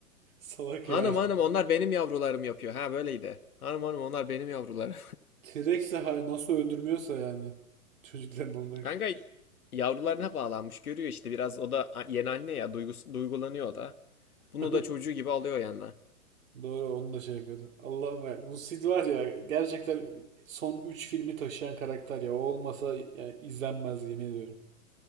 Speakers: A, on the right; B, on the left.
A: Salak
B: Hanım
A: ya.
B: hanım onlar benim yavrularım yapıyor. Ha böyleydi. Hanım hanım onlar benim yavrularım.
A: T-Rex'i hay- nasıl öldürmüyorsa yani. Çocukların olmak.
B: <laughs> Kanka yavrularına bağlanmış görüyor işte biraz o da a- yeni anne ya duygus duygulanıyor o da. Bunu
A: <laughs>
B: da çocuğu gibi alıyor yanına.
A: Doğru onu da şey yapıyordu. Allah'ım ya. Bu Sid var ya gerçekten son 3 filmi taşıyan karakter ya. O olmasa yani izlenmez yemin ediyorum.